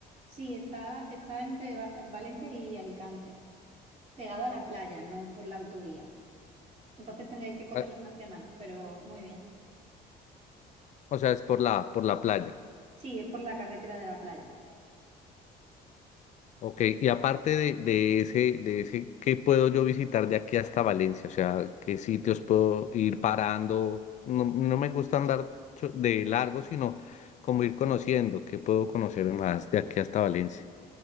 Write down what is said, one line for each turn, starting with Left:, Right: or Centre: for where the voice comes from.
Right: Sí, está, está entre Va- Valencia y Alicante, pegado a la playa, no por la autovía. Entonces tendríais que coger
Left: ah,
Right: la nacional, pero muy bien.
Left: o sea, es por la, por la playa.
Right: Sí, es por la carretera de la playa.
Left: Ok, y aparte de, de ese, de ese, ¿qué puedo yo visitar de aquí hasta Valencia? O sea, ¿qué sitios puedo ir parando? No, no me gusta andar cho- de largo, sino como ir conociendo, ¿qué puedo conocer más de aquí hasta Valencia?